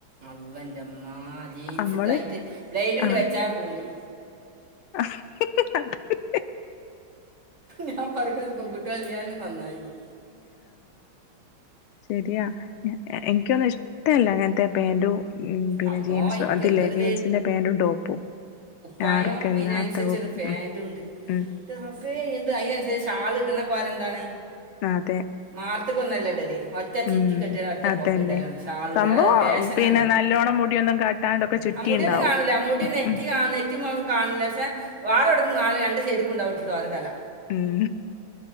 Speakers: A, on the right (about 35°); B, on the left (about 85°).
A: അള്ളാന്റെ മ്മാ ജിൻസ്
B: നമ്മള്
A: ട്ടൈറ്റ് ബ്ലൈഡണ്ട്
B: ആഹ്
A: വെച്ച പോരും
B: <unintelligible>
A: ഞാ പറ്യാ ഇൻക്കൊന്നും പെൺകുട്ട്യോള്ല്ലാഞ്ഞെ നന്നായിന്ന്
B: ശെരിയാ എനിക്കൊ <unintelligible> പ്പല്ലേ അങ്ങൻത്തെ പാന്റും പിന്നെ
A: അള്ളാ
B: ജീൻസ്
A: എനിക്ക്
B: അതില്ലേ
A: എന്തൊരു
B: ജീൻസിന്റെ പാന്റും ടോപ്പും
A: പ്പയം
B: ആർക്കല്ലാത്ത
A: അയ്നൻസരിച്ചൊരു
B: ഉം
A: പാന്റുണ്ട്
B: ഉം
A: ൻ്റെ റ ബ്ബേ എന്ത് അയ്നൻസരിച്ച് ഷാളിട്ണെ കോലന്താണ്
B: അതെ
A: മാർത്ത്ക്കൊന്നല്ല ടല് ഒറ്റ ചിറ്റി
B: ഉം
A: കെട്ടി ഒറ്റ
B: അതന്നെ
A: പോക്ക ഇടലാണ് ഷാള്ട
B: സംഭവം
A: അ ഫേഷനാണ്
B: പിന്നെ നല്ലോണം മുടിയൊന്നും കാട്ടാണ്ടൊക്കെ ചുറ്റിണ്ടാവും
A: മുടിയൊന്നും കാണൂല മുടി നെറ്റി
B: ഉം
A: കാണ് നെറ്റി, മൊഖം കാണ് പഷേ വാറൊട്ന്ന് കാണൂല രണ്ട് സൈഡ് ക്ക്ണ്ടാവും ഇട്ടിട്ട് ഓരോ തല
B: ഉം